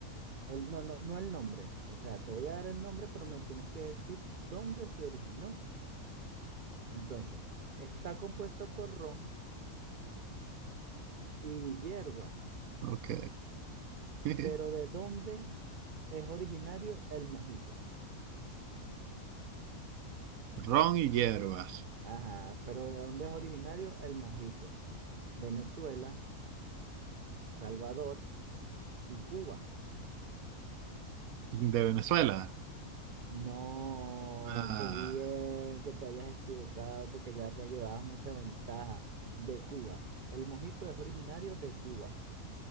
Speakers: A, on the right (about 45°); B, on the right (about 75°).
A: El, no, no, no el nombre. O sea, te voy a dar el nombre, pero me tienes que decir dónde se originó. Entonces, está compuesto por ron y hierba,
B: Ok. <laughs>
A: pero ¿de dónde es originario el mojito?
B: Ron y hierbas.
A: Ajá, pero ¿de dónde es originario el mojito? Venezuela, Salvador y Cuba.
B: De Venezuela.
A: No,
B: Ah,
A: qué bien que te hayas equivocado porque ya me llevabas mucha ventaja de Cuba. El mojito es originario de Cuba.